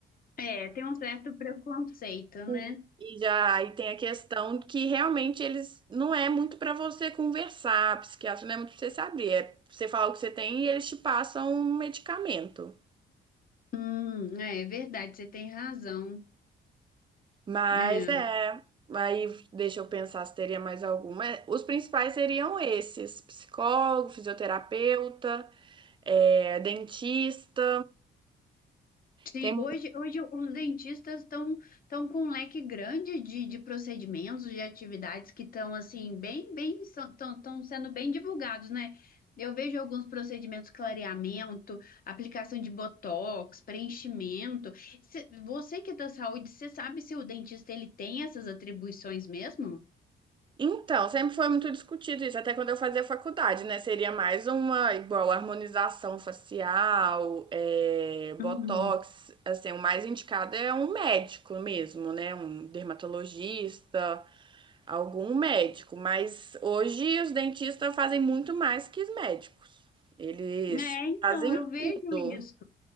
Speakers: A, on the left; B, on the right.
A: É, tem um certo preconceito, né?
B: Sim. E já aí tem a questão que realmente eles não é muito para você conversar, psiquiatra não é muito para você saber, é pra você falar o que você tem e eles te passam um medicamento.
A: Hum, é verdade, você tem razão.
B: Mas
A: É.
B: é, aí deixa eu pensar se teria mais alguma. É, Os principais seriam esses: psicólogo, fisioterapeuta, é, dentista.
A: Sim,
B: Tem
A: hoje, hoje os dentistas estão estão com um leque grande de, de procedimentos, de atividades que estão assim bem, bem estão sendo bem divulgados, né? Eu vejo alguns procedimentos, clareamento, aplicação de botox, preenchimento. Cê- você que é da saúde, você sabe se o dentista ele tem essas atribuições mesmo?
B: Então, sempre foi muito discutido isso, até quando eu fazia faculdade, né? Seria mais uma igual harmonização facial, é, botox,
A: Hum.
B: assim, o mais indicado é um médico mesmo, né? Um dermatologista, algum médico. Mas hoje os dentistas fazem muito mais que os médicos. Eles
A: É, então,
B: fazem
A: eu vejo
B: tudo.
A: isso.